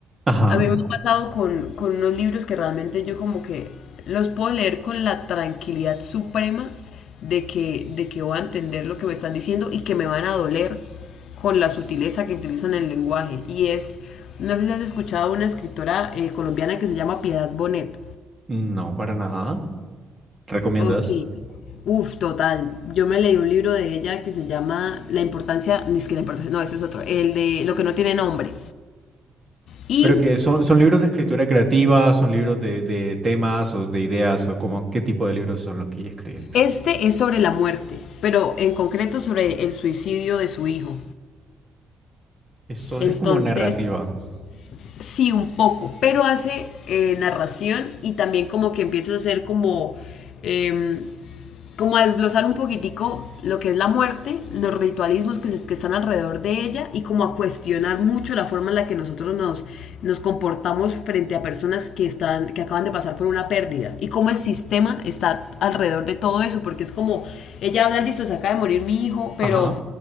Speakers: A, on the right; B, on the left.
A: ajá,
B: a mí me ha pasado con, con unos libros que realmente yo como que los puedo leer con la tranquilidad suprema de que, de que voy a entender lo que me están diciendo y que me van a doler con la sutileza que utilizan el lenguaje. Y es, no sé si has escuchado una escritora eh, colombiana que se llama Piedad Bonet.
A: no, para nada. ¿Recomiendas?
B: Ok, uf, total. Yo me leí un libro de ella que se llama La importancia, ni siquiera la importancia, no, ese es otro, el de Lo que no tiene nombre. Y
A: Pero que son, son libros de escritura creativa, son libros de, de temas o de ideas o como qué tipo de libros son los que ella escribe.
B: Este es sobre la muerte, pero en concreto sobre el suicidio de su hijo.
A: Esto
B: Entonces,
A: es como narrativa.
B: Sí, un poco, pero hace eh, narración y también como que empieza a hacer como, em, como a desglosar un poquitico lo que es la muerte, los ritualismos que, se- que están alrededor de ella y como a cuestionar mucho la forma en la que nosotros nos, nos comportamos frente a personas que, están, que acaban de pasar por una pérdida y cómo el sistema está alrededor de todo eso, porque es como, ella habla, listo, se acaba de morir mi hijo, pero
A: Ajá.